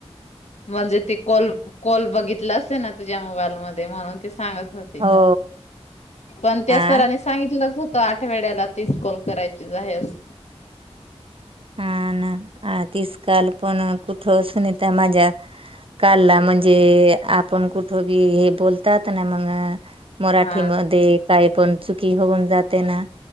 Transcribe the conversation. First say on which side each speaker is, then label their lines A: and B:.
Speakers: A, on the left; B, on the right.
A: म्हणजे ते कॉल कॉल बघितला असेल ना तुझ्या मोबाईल मध्ये म्हणून ते सांगत होती
B: हो
A: पण त्या
B: आ
A: सरांनी सांगितलंच होत आठवेड्याला तीस कॉल करायचीच आहे असं.
B: हा ना तीस काल कोण कुठं सुनीता माझ्या कालला म्हणजे आपण कुठ बी हे बोलतात ना मग मराठीमध्ये
A: हा
B: काही पण चुकी होऊन जाते ना,